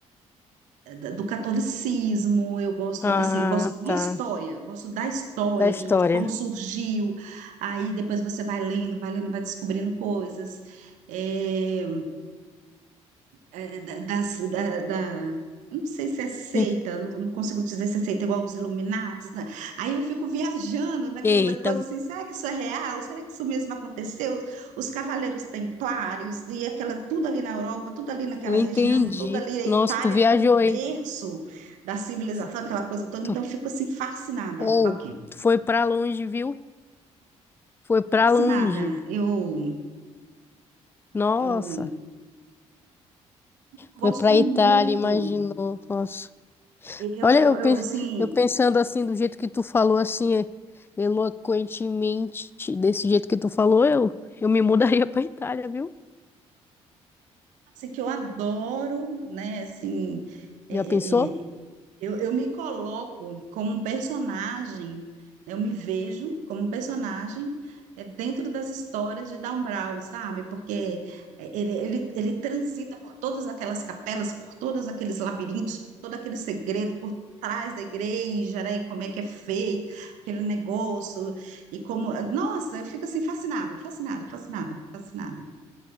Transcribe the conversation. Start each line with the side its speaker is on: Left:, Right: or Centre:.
Right: da- do catolicismo, eu gosto,
Left: Ah,
Right: assim, eu gosto da
Left: tá.
Right: história, eu gosto da história,
Left: Da história.
Right: de como surgiu, aí depois você vai lendo, vai lendo, vai descobrindo coisas. É, é, da, das- da, da- eu não sei se é seita,
Left: En-
Right: não, não consigo dizer se é seita igual os Illuminatis, né? Aí eu fico viajando naquela
Left: Eita,
Right: coisa assim, será que isso é real? Será que isso mesmo aconteceu? Os Cavaleiros Templários e aquela tudo ali na Europa, tudo ali naquela
Left: eu entendi.
Right: região, tudo ali a
Left: Nossa,
Right: Itália
Left: tu viajou,
Right: como um berço
Left: hein?
Right: da civilização,
Left: Fo-
Right: aquela coisa toda.
Left: Tu,
Right: Então eu fico assim fascinada
Left: ou,
Right: com aquilo.
Left: tu foi pra longe, viu? Foi pra
Right: Fascinada.
Left: longe.
Right: Eu
Left: Nossa,
Right: eu gosto
Left: foi pra
Right: muito.
Left: Itália, imaginou. Nossa.
Right: Eu, eu,
Left: Olha, eu, pen-
Right: eu, assim,
Left: eu pensando assim, do jeito que tu falou, assim, é- eloquentemente, desse jeito que tu falou, eu, eu me mudaria <laughs> pra Itália, viu?
Right: assim, que eu adoro, né? Assim, é,
Left: Já pensou?
Right: é, é, eu, eu me coloco como um personagem, né, eu me vejo como um personagem é, dentro das histórias de Dan Brown, sabe? Porque é, ele, ele, ele transita por todas aquelas capelas, por todos aqueles labirintos, por todo aquele segredo, por trás da igreja, né? E Como é que é feito aquele negócio e como... Nossa, eu fico assim fascinada, fascinada, fascinada, fascinada.